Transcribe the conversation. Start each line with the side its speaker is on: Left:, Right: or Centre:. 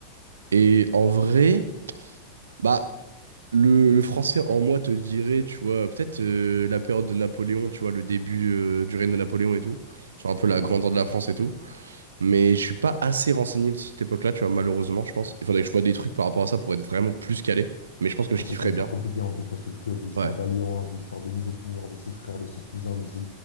Right: Et en vrai. Bah, le, le français en moi te dirait, tu vois, peut-être euh, la période de Napoléon, tu vois, le début euh, du règne de Napoléon et tout, sur un peu la
Left: Ouais.
Right: grandeur de la France et tout. Mais je suis pas assez renseigné de cette époque-là, tu vois, malheureusement, je pense. Il faudrait que je vois des trucs par rapport à ça pour être vraiment plus calé. Mais je pense que je
Left: Ah,
Right: kifferais
Left: c'est vrai que c'est une histoire
Right: bien.
Left: compliquée en plus, parce que du coup, il y a des histoires
Right: Ouais.
Left: d'alliance, des histoires de mise au pouvoir de ses frères, de ses cousins, de ses...